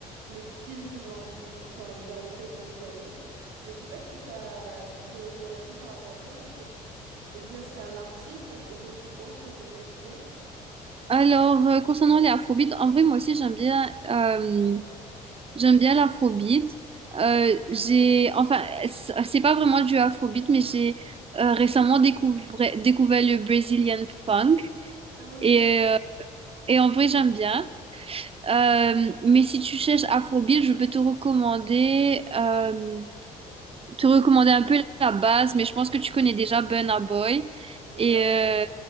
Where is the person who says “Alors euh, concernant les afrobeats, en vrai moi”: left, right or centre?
Right